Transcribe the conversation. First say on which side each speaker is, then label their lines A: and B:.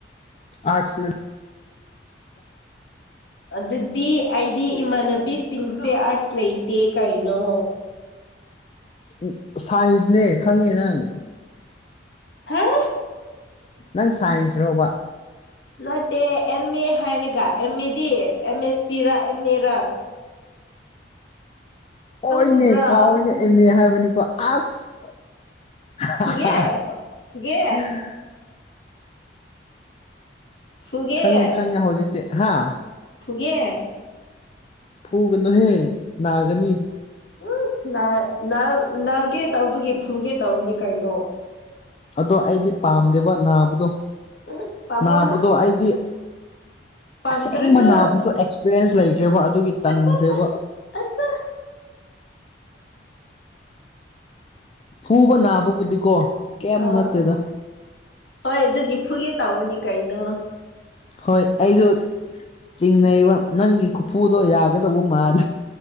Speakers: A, on the left (about 30°); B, on the left (about 70°).
A: ꯑꯁ
B: ꯑꯗꯨꯗꯤ ꯑꯩꯗꯤ ꯏꯃꯥꯟꯅꯕꯤꯁꯤꯡꯁꯦ ꯑꯥꯔꯠꯁ ꯂꯩꯇꯦ ꯀꯩꯅꯣ
A: ꯎ ꯁꯥꯏ꯭ꯟꯁ ꯅꯦ ꯈꯪꯉꯦ ꯅꯪ꯫
B: <unintelligible>
A: ꯅꯪ ꯁꯥꯏꯖ ꯔꯣꯕ
B: ꯅꯠꯇꯦ ꯑꯦꯝ ꯑꯦ ꯍꯥꯏꯔꯒ ꯑꯦꯝ ꯑꯦꯗꯤ ꯑꯦꯝ ꯑꯦꯁ ꯁꯤꯔ ꯑꯦꯝ ꯑꯦꯔ ꯈꯪꯗꯕ꯭ꯔꯥ
A: ꯑꯣꯏꯅꯦ ꯀꯥꯎꯏꯅ ꯑꯦꯝꯃꯦ ꯍꯥꯏꯕꯅꯤꯀꯣ ꯑꯁ <unintelligible>
B: ꯐꯨꯒꯦ ꯐꯨꯒꯦ ꯐꯨꯒꯦ
A: ꯈꯪꯉꯦ ꯈꯪꯉꯦ ꯍꯧꯖꯤꯛꯇꯤ ꯍꯥ
B: ꯐꯨꯒꯦ
A: ꯐꯨꯒꯅꯨꯍꯦ ꯅꯥꯒꯅꯤ
B: ꯎ ꯅꯥ ꯅꯥꯎ ꯅꯥꯒꯦ ꯇꯧꯕꯒꯤ ꯐꯨꯒꯦ ꯇꯧꯕꯅꯤ ꯀꯩꯅꯣ꯫
A: ꯑꯗꯣ ꯑꯩꯗꯤ ꯄꯥꯝꯗꯦꯕ ꯅꯥꯕꯗꯣ
B: ꯎꯝ ꯄꯥꯝꯃꯣꯏ
A: ꯅꯥꯕꯗꯣ ꯑꯩꯗꯤ꯫
B: ꯄꯥꯝꯗ꯭ꯔꯁꯨ
A: ꯑꯁꯦꯡꯕ ꯅꯥꯕꯨꯁꯨ ꯑꯦꯛꯁꯄꯤꯔꯦꯟꯁ ꯂꯩꯈ꯭ꯔꯦꯕ ꯑꯗꯨꯒꯤ ꯇꯟꯈ꯭ꯔꯦꯕ
B: ꯑꯆꯥ ꯑꯆꯥ ꯑꯆꯥ
A: ꯐꯨꯕ
B: ꯏꯪ
A: ꯅꯥꯕꯕꯨꯗꯤꯀꯣ ꯀꯩꯝ
B: ꯑꯥ
A: ꯅꯠꯇꯦꯗ꯫
B: ꯍꯣꯏ ꯑꯗꯨꯒꯤ ꯐꯨꯒꯦ ꯇꯥꯎꯧꯕꯅꯤ ꯀꯩꯅꯣ
A: ꯍꯣꯏ ꯑꯩꯁꯨ ꯆꯤꯡꯅꯩꯕ ꯅꯪꯒꯤ ꯈꯨꯐꯨꯗꯣ ꯌꯥꯒꯗꯕ ꯃꯥꯥꯟ